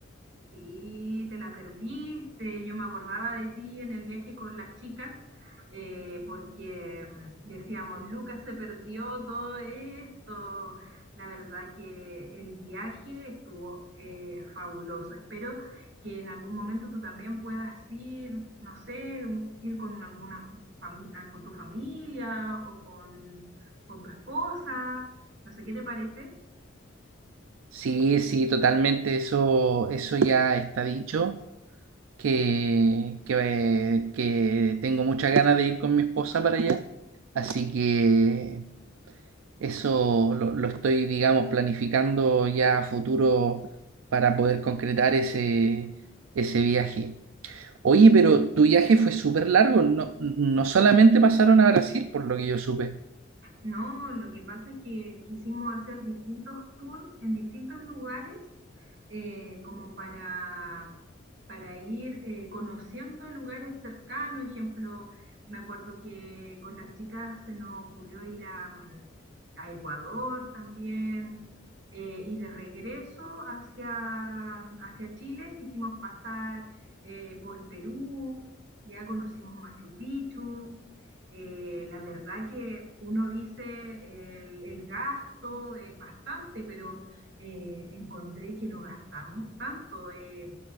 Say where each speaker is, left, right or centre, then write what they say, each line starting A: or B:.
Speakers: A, on the right; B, on the right.
A: Sí, te la perdiste. Yo me acordaba de ti en el viaje con las chicas, eh, porque mm, decíamos, Lucas se perdió todo esto. La verdad que el viaje estuvo eh, fabuloso. Espero que en algún momento tú también puedas ir, no sé, ir con alguna fami- ah, con tu familia o con, con tu esposa. No sé qué te parece.
B: Sí, sí, totalmente, eso, eso ya está dicho, que, que, que tengo muchas ganas de ir con mi esposa para allá, así que eso lo, lo estoy, digamos, planificando ya a futuro para poder concretar ese, ese viaje. Oye, pero tu viaje fue súper largo, no, no solamente pasaron a Brasil, por lo que yo supe.
A: No, lo que pasa es que quisimos hacer distintos tours en distintos lugares, eh, como para, para ir eh, conociendo lugares cercanos. Ejemplo, me acuerdo que con las chicas se nos ocurrió ir a, mm, a Ecuador también, eh, y de regreso hacia, hacia Chile quisimos pasar eh, por Perú, ya conocimos Machu Picchu. Eh, la verdad que uno dice el, el gasto es bastante, pero eh, encontré que no gastamos tanto. eh,